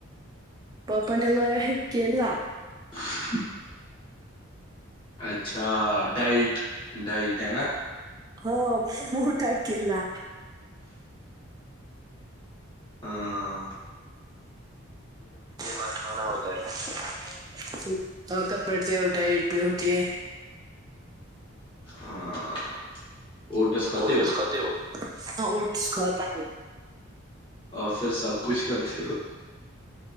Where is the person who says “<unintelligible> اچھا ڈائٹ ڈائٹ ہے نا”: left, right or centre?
Left